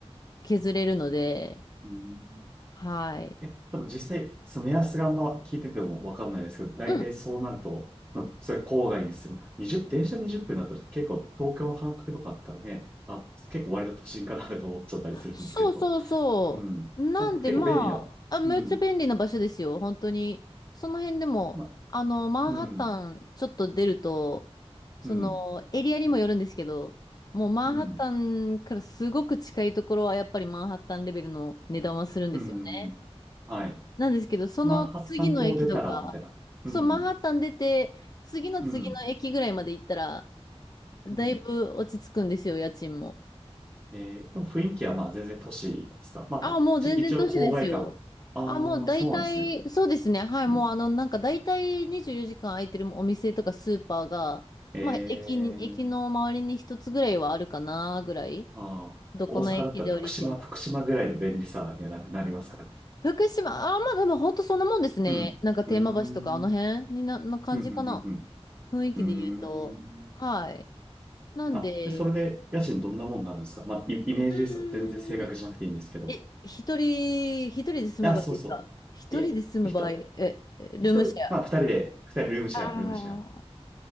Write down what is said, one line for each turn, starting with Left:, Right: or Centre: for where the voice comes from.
Left: 削れるので、
Right: うん。
Left: はい。
Right: え、でも実際、その目安があんま聞いててもわかんないですけど、大体そうなると、
Left: うん
Right: うんそれ郊外に住む。20、電車20分だったら結構東京の半角とかあったらね、あ、結構割と都心かなとか思っちゃったりするんですけど。
Left: そうそうそう。
Right: うん。
Left: なんでまあ、
Right: あ、結構便利だ。
Left: あ、めっちゃ便利な場所ですよ、
Right: うん。
Left: 本当に。その辺でも、
Right: ま、
Left: あの、マンハッタンちょっと出ると、
Right: うん。
Left: その、
Right: うん。
Left: エリアにもよるんですけど、もうマンハッタンからすごく近いところはやっぱりマンハッタンレベルの値段はするんですよね。
Right: うん。うん。はい。
Left: なんですけど、その次の駅とか、
Right: マンハッタン島を出たら、みたいな。うん。
Left: そう、マンハッタン出て、次の次の駅ぐらいまで行ったら、
Right: うん。
Left: だいぶ落ち着くんですよ、
Right: うん。
Left: 家賃も。
Right: えー雰囲気はまあ全然都市ですか。まあ、
Left: あ、もう全然年ですよ。
Right: ちょっと一応郊外感。ああ、
Left: あ、もう大体、
Right: そうなんですね。
Left: そうですね。はい、
Right: うん。
Left: もうあの、なんか大体24時間空いてるお店とかスーパーが、
Right: え
Left: まあ、駅に、
Right: ー、
Left: 駅の周りに一つぐらいはあるかな、ぐらい。
Right: ああ、
Left: どこの駅で降りても。
Right: 大阪だったら福島、福島ぐらいの便利さにはな、なりますかね。
Left: 福島、あ、まあでも本当そんなもんですね。
Right: うん。
Left: なんか天満橋とかあの辺にな、
Right: うーん。うん、
Left: な感じかな。
Right: うん、うん、
Left: 雰囲気で言うと。
Right: うん。うーん。
Left: はい。なんで、
Right: あ、で、それで家賃どんなもんになるんですかまあ、イ、イメージですよ。
Left: うーん、
Right: 全然正確じゃなくていいんですけど。
Left: え、一人、一人で住む場合ですか一人で住む場合、
Right: あ、そうそう。いや、一人、
Left: え、ルームシェア
Right: 一人、まあ二人で、二人ルームシェア、
Left: あ
Right: ルームシェア。